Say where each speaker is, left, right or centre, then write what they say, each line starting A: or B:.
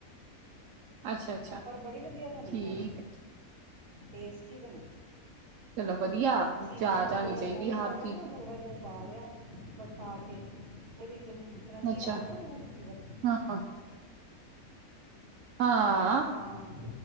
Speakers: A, on the right (about 65°); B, on the right (about 45°).
A: ਅੱਛਾ ਅੱਛਾ
B: ਹਾਂ ਪਰ ਬੜੀ ਵਧੀਆ ਬਣੀ
A: ਠੀਕ
B: ਅੱਜ, ਟੇਸਟੀ ਬਣੀ
A: ਚਲੋ ਵਧੀਆ
B: ਚੀਨੀ
A: ਜਾਚ
B: ਨੂੰ ਮੈਂ
A: ਆਣੀ
B: ਥੋੜ੍ਹਾ
A: ਚਾਹੀਦੀ
B: ਜਿਹਾ ਮੈਲਟ
A: ਹਰ
B: ਕਰਕੇ
A: ਚੀਜ਼
B: ਨਾ, ਉਹਨੂੰ
A: ਦੀ
B: ਥੋਹੜਾ ਜਿਹਾ ਪਾ ਲਿਆ। ਵੜ ਪਾ ਕੇ, ਉਹਦੇ ਵਿੱਚ ਚੀਜ਼
A: ਅੱਛਾ
B: ਆਉਂਦਾ ਮੂੰਹ ਫਵਰ
A: ਹਾਂ <unintelligible> ਹਾਂ।
B: ਹਾਂ,